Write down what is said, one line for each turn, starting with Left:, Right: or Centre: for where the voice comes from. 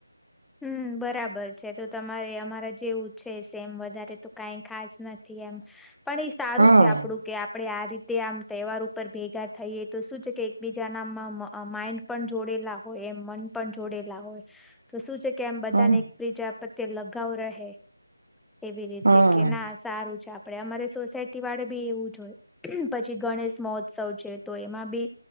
Centre: હમ્મ, બરાબર છે તો તમારે અમારા જેવું છે, સેમ વધારે તો કઈ ખાસ નથી એમ પણ એ સારું
Right: હમ
Centre: છે, આપણું કે આપડે આ રીતે આમ તહેવાર ઉપર ભેગા થઈએ તો શું છે, કે એકબીજાના માઈન્ડ પણ જોડેલા હોય એમ મન પણ જોડેલા હોય તો શું છે, કેમ બધાને
Right: હમ
Centre: એક પ્રજા તે લગાવ રહે એવી રીતે
Right: હમ
Centre: કે ના સારું છે, આપ આપડે અમારે સોસાયટી વાળે બી એવું જ હોય પછી ગણેશ મહોત્સવ છે, તો એમાં બી